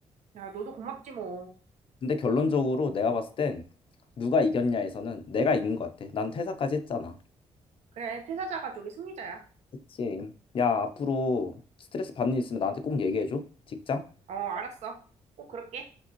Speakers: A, on the right; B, on the left.
A: 야, 너도 고맙지 뭐.
B: 근데 결론적으로 내가 봤을 땐 누가 이겼냐에서는 내가 이긴 것 같아 난 퇴사까지 했잖아
A: 그래, 퇴사자가 저기 승리자야.
B: 그치. 야, 앞으로 스트레스 받는 일 있으면 나한테 꼭 얘기해줘. 직장?
A: 어, 알았어. 꼭 그럴게.